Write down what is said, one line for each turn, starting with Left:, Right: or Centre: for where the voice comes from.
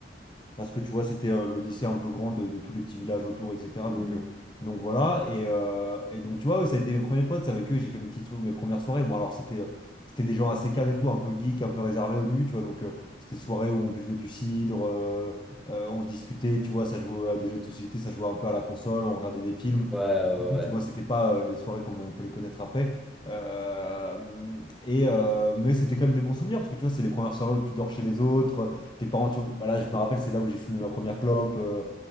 Left: parce que tu vois, c'était euh, le lycée un peu grand de, de tous les petits villages autour, etc.
Centre: Hmm.
Left: Donc, euh, donc voilà. Et, euh, et donc, tu vois, eux, ça a été mes premiers potes, c'est avec eux, j'ai fait mes petites, sou- mes premières soirées. Bon, alors, c'était euh, c'était des gens assez calmes et tout, un peu geek, un peu réservés au début, tu vois. Donc, euh, c'était soirées où on buvait du cidre, euh, euh, on discutait, tu vois, ça jouait à des jeux de société, ça jouait un peu à la console, on regardait des films.
Centre: Ouais ouais
Left: et C'est tout,
Centre: ouais.
Left: tu vois, c'était pas euh, les soirées comme on peut les connaître après. Euh, et, euh, mais c'était quand même des bons souvenirs parce que tu vois, c'est les premières soirées où tu dors chez les autres, tes parents, tu vois, bah là je me rappelle, c'est là où j'ai fumé ma première clope. euh,